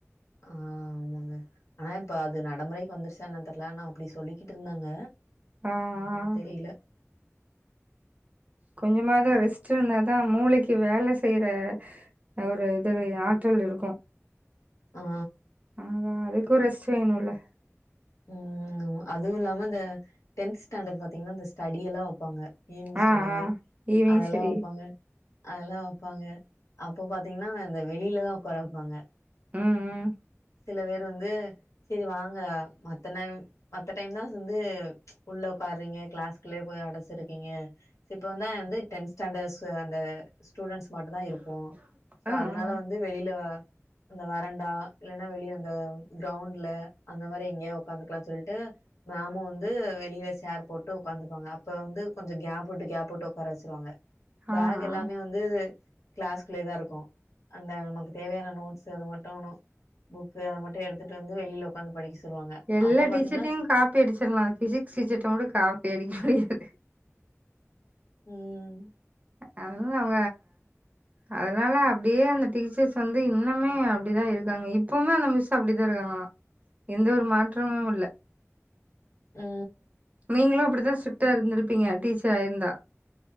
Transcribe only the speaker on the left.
ஆ ஆமாங்க ஆ இப்ப அது நடைமுறைக்கு வந்துருச்சா என்னன்னு தெரில ஆனா அப்டி சொல்லிக்கிட்டு இருந்தாங்க
என்னன்னு தெரில
அஅ
ம் அதுவு இல்லாம இந்த டென்த் ஸ்டாண்டர்ட் பாத்தீங்கன்னா இந்த ஸ்டடியல்லா வப்பாங்க ஈவினிங்
ஸ்டடி
அதெல்லா
வப்பாங்க அதெல்லா வப்பாங்க அப்போ பாத்தீங்கன்னா இந்த வெளியிலதா உக்கார வப்பாங்க
சில வேரு வந்து செரி வாங்க மத்த நே மத்த டைம் தா வந்து உள்ள உக்காரீங்க கிளாஸ்க்குள்ளயே போய் அடச்சிருக்கீங்க இப்போவுதா வந்து டென்த் ஸ்டாண்டர்ட்ஸ் அந்த ஸ்டூடண்ட்ஸ் மட்டு தா இருப்போ சோ
அதனால
வந்து வெளியில இந்த வறண்டா இல்லன்னா வெளியே அந்த கிரௌண்ட்ல அந்த மாரி எங்கேயா உக்காந்துக்கலாம்னு சொல்லிட்டு மேமு வந்து வெளில சேர் போட்டு உக்காந்துப்பாங்க அப்ப வந்து கொஞ்சோ கேப் உட்டு கேப் உட்டு உட்கார வச்சிருவாங்க பேக்
எல்லாமே வந் து கிளாஸ்குள்ளே தா இருக்கு அந்த நமக்கு தேவையான நோட்ஸ் அத மட்டு புக்கு அத மட்டு எடுத்துட்டு வந்து வெளியில உக்காந்து படிக்க சொல்லுவாங்க
அப்ப
பாத்தீங்கன்னா
ம்
அஅ